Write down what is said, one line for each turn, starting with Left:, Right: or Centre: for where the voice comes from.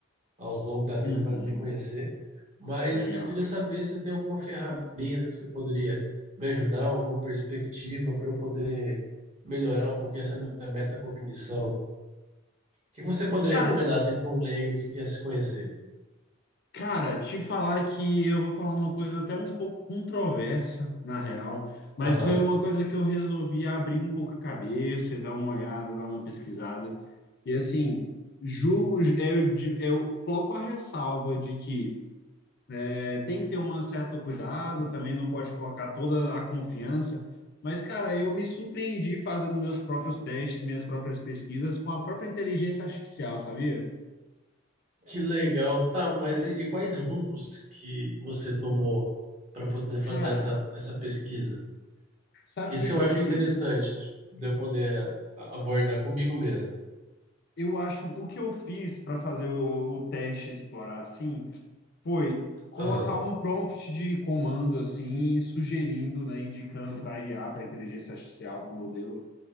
Right: ao longo da vida
Left: Uhum.
Right: para me conhecer. Mas
Left: Legal,
Right: eu queria
Left: legal.
Right: saber se você tem alguma ferramenta que você poderia me ajudar, alguma perspectiva para eu poder melhorar um pouquinho essa minha metacognição. O que você poderia
Left: Cara,
Right: recomendar assim, para um leigo que quer se conhecer?
Left: cara, te falar que eu vou falar uma coisa até um pouco controversa, na real, mas
Right: Aham.
Left: foi uma coisa que eu resolvi abrir um pouco a cabeça e dar uma olhada, dar uma pesquisada. E assim, julgo, eu, di- eu coloco a ressalva de que É, tem que ter um certo cuidado, também não pode colocar toda a confiança. Mas, cara, eu me surpreendi fazendo meus próprios testes, minhas próprias pesquisas com a própria inteligência artificial, sabia?
Right: Que legal. Tá, mas e, e quais rumos que você tomou para poder fazer
Left: Cara,
Right: essa, essa pesquisa?
Left: sabe
Right: Isso
Left: o que
Right: que
Left: que
Right: eu
Left: eu
Right: acho
Left: fiz?
Right: interessante de, de eu poder a- abordar comigo mesmo.
Left: Eu acho o que eu fiz para fazer o, o teste explorar assim Foi colocar
Right: Aham.
Left: um prompt de comando assim, sugerindo, né, indicando para a IA, para a inteligência artificial, para o modelo,